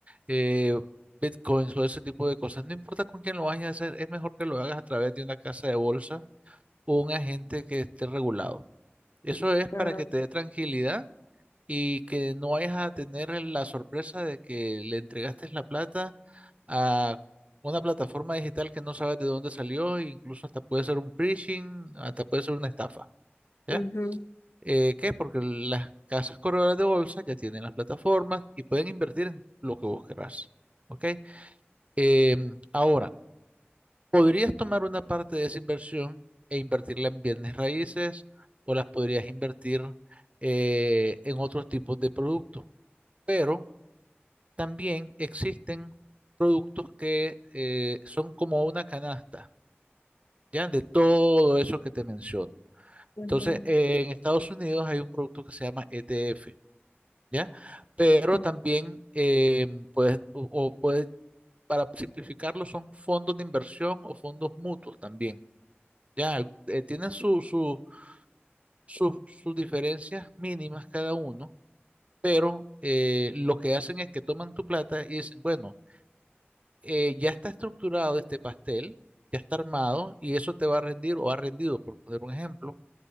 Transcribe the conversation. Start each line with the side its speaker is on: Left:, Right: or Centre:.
Right: eh, bitcoins o ese tipo de cosas, no importa con quién lo vayas a hacer, es mejor que lo hagas a través de una casa de bolsa o un agente que esté regulado. Eso es para
Left: Ah,
Right: que te dé tranquilidad y que no vayas a tener la sorpresa de que le entregaste la plata a una plataforma digital que no sabes de dónde salió, e incluso hasta puede ser un phishing, hasta puede ser una estafa. ¿ya?
Left: ujú,
Right: Eh, ¿qué? Porque las casas corredoras de bolsa ya tienen las plataformas y pueden invertir en lo que vos querrás. ¿Ok? Em, ahora, podrías tomar una parte de esa inversión e invertirla en bienes raíces o las podrías invertir eh, en otros tipos de productos. Pero también existen productos que eh, son como una canasta, ¿ya? De todo eso que te menciono.
Left: ujú,
Right: Entonces, eh, en Estados Unidos hay un producto que se llama ETF. ¿ya? Pero
Left: ujú,
Right: también eh, puedes, o, o puedes, para simplificarlo, son fondos de inversión o fondos mutuos también, ¿ya? Eh, tienen su, su- su- sus diferencias mínimas cada uno, pero eh, lo que hacen es que toman tu plata y dicen, bueno, eh, ya está estructurado este pastel, ya está armado y eso te va a rendir o ha rendido, por poner un ejemplo,